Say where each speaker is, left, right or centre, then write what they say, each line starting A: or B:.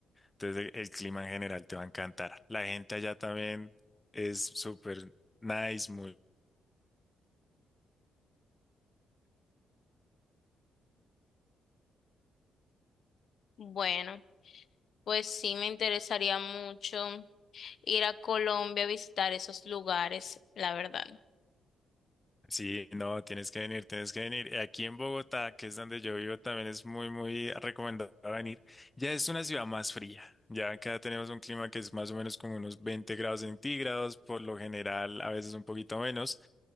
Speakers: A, on the left; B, on the left.
A: Entonces, el, el clima en general te va a encantar. La gente allá también es súper nice, muy
B: Bueno, pues sí, me interesaría mucho. ir a Colombia a visitar esos lugares, la verdad.
A: Sí, no, tienes que venir, tienes que venir. Aquí en Bogotá, que es donde yo vivo, también es muy, muy recomendado venir. Ya es una ciudad más fría. Ya acá tenemos un clima que es más o menos como unos 20 grados centígrados, por lo general, a veces un poquito menos.